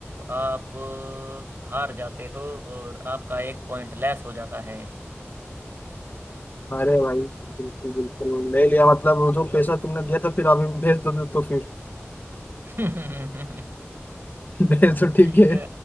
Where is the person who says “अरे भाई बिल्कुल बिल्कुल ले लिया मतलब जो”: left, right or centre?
Left